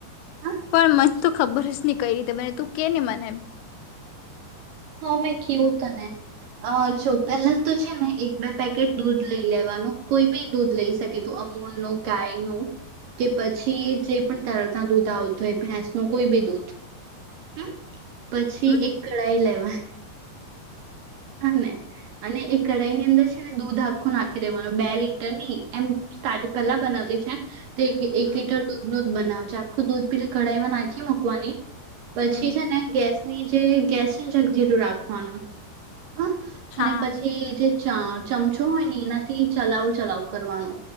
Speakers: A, on the right; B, on the left.
A: હા
B: પણ મન તો ખબર જ નહી કઈ રીતે બને તું કે ને મને એમ
A: હા મેં કીવું તને અ જો પેલા તો છે ને એક બે પેકેટ દૂધ લઈ લેવાનો કોઈ બી દૂધ લઈ શકે તો અમૂલ નો ગાયનું કે પછી જે પણ તારાતા દૂધ આવતું હોય ભેંસનું કોઈ બી દૂધ હમ પછી
B: હમ
A: એક કડાઈ લેવા હ હ ને અને એ કઢાઈ ની અંદર છે ને દૂધ આખું નાખી દેવાનો બે લીટર ની એમ સ્ટાર્ટ પેલા બનાવતી છે તે એક
B: હમ
A: એક લીટર દૂધ નો બનાવજે આખું દૂધ પીલે કઢાઈમાં નાખી મૂકવાની પછી
B: હમ
A: છે ને ગેસની જે કે છે જગ ધીરું રાખવાનું. હા
B: હા
A: અને પછી જે ચ ચમચો હોય ને એનાથી ચલાવ ચલાવ કરવાનો.